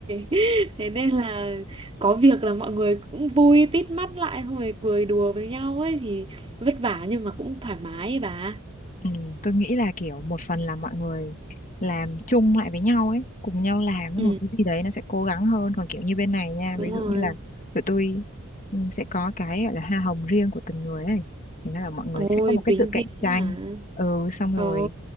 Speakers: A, on the right (about 25°); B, on the left (about 35°).
A: <laughs> Thế nên là có việc là mọi người cũng vui tít mắt lại Xong rồi cười đùa với nhau ấy Thì vất vả nhưng mà cũng thoải mái ấy bà
B: Ừ, tôi nghĩ là kiểu một phần là mọi người làm chung lại với nhau ấy, cùng nhau làm một
A: Ừ
B: cái gì đấy nó sẽ cố gắng hơn. Còn kiểu như bên này nha,
A: đúng
B: ví
A: rồi
B: dụ như là tụi tôi ừ, sẽ có cái gọi là hoa hồng riêng của từng người ấy. thì nó là mọi người
A: Ôi
B: sẽ có một cái
A: tính
B: sự
A: riêng
B: cạnh
A: ấy
B: tranh.
A: hả
B: Ừ, xong rồi
A: Ồ